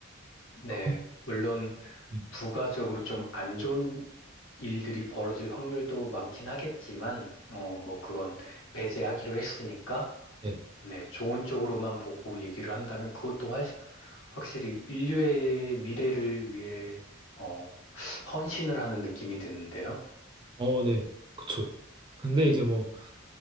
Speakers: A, on the left; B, on the right.
A: 네,
B: 그
A: 물론
B: 네,
A: 부가적으로 좀 안 좋은 일들이 벌어질 확률도 많긴 하겠지만, 어, 뭐 그건 배제하기로 했으니까,
B: 네.
A: 네, 좋은 쪽으로만 보고 얘기를 한다면 그것도 활- 확실히 인류의 미래를 위해, 어, 헌신을 하는 느낌이 드는데요.
B: 어, 네, 그쵸. 근데 이제 뭐